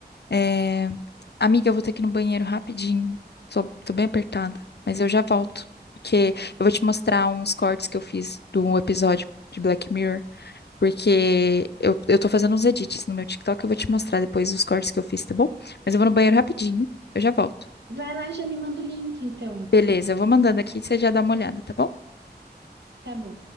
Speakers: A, on the left (about 75°); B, on the right (about 80°).
A: É, Amiga, eu vou ter que ir no banheiro rapidinho. Tô, tô bem apertada, mas eu já volto. Porque eu vou te mostrar uns cortes que eu fiz do episódio de Black Mirror. Porque eu, eu tô fazendo uns edits no meu TikTok, eu vou te mostrar depois os cortes que eu fiz, tá bom? Mas eu vou no banheiro rapidinho, eu já volto.
B: Vai lá e já me manda o link, então.
A: Beleza, eu vou mandando aqui e você já dá uma olhada, tá bom?
B: Tá bom.